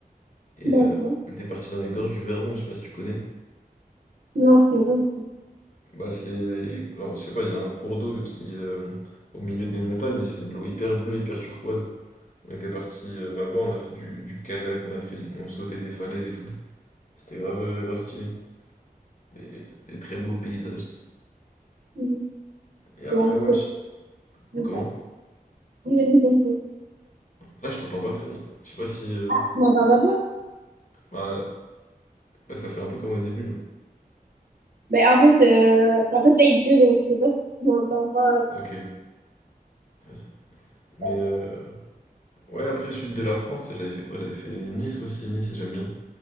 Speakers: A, on the left; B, on the right.
A: et
B: D'accord.
A: euh, on était parti dans les gorges du Verdon, je sais pas si tu connais.
B: Non, je connais pas du tout.
A: Bah c'est. Alors je sais pas, il y a un cours d'eau qui euh, au milieu des montagnes et c'est de l'eau hyper bleue, hyper turquoise. On était parti euh, là-bas, on a fait du, du kayak, on a fait, on sautait des falaises et tout. C'était grave, euh, grave stylé. Des, des très beaux paysages.
B: Mhm.
A: Et après,
B: Donc,
A: ouais,
B: euh,
A: je-
B: oui,
A: comment?
B: pardon. Oui, vas-y, continue.
A: Là, je t'entends pas très bien. Je sais pas si. euh,
B: Ah, tu m'entends pas bien?
A: Bah, ouais, ça fait un peu comme au début là.
B: Ben, en fait, euh, en fait, là, il pleut, donc je sais pas si tu m'entends pas.
A: Ok, vas-y. Mais
B: euh,
A: euh, Ouais, après sud de la France, j'avais fait quoi? J'avais fait Nice aussi. Nice, j'aime bien.